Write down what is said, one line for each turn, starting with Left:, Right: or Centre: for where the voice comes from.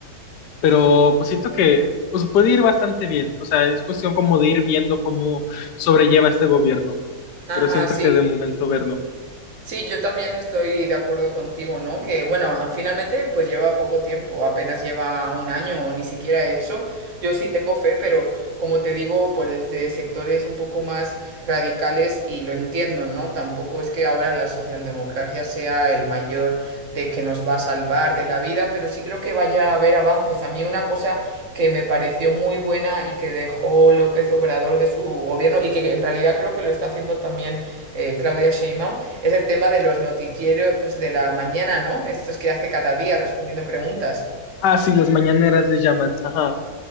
Left: pero pues siento que
Right: Ujú.
Left: pues puede ir bastante bien, o sea, es cuestión como de ir viendo cómo sobrelleva este gobierno,
Right: Ajá,
Left: pero siento
Right: sí.
Left: que de momento verlo.
Right: Sí, yo también estoy de acuerdo contigo, ¿no? Que bueno, finalmente pues lleva poco tiempo, apenas lleva un año o ni siquiera eso. Yo sí tengo fe, pero como te digo, pues desde sectores un poco más radicales y lo entiendo, ¿no? Tampoco es que ahora la socialdemocracia sea el mayor de que nos va a salvar de la vida, pero sí creo que vaya a haber avances. A mí una cosa que me pareció muy buena y que dejó López Obrador de su gobierno y que en realidad creo que lo está haciendo también eh, Claudia Sheinbaum es el tema de los noticieros de la mañana, ¿no? Estos que hace cada día respondiendo preguntas.
Left: Ah, sí, las mañaneras les llaman, ajá.